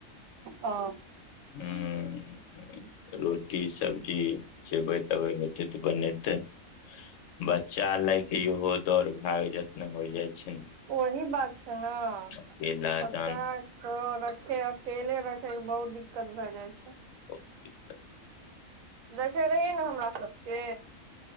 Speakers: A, on the right; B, on the left.
A: ओ
B: हु रोटी सब्जी सेबै तबे ने होते तऽ बनेतै बच्चा लएके इहो दौड़ भाग जतने होइ जाइ छै ने
A: ओही बात छै ने <inaudible>
B: अकेला
A: बच्चा
B: जान
A: हँ रखे अकेले रखे के बहुत दिक्कत भए जाइ छै
B: बहुत दिक्कत
A: दखे रहिये ने हमरा सबके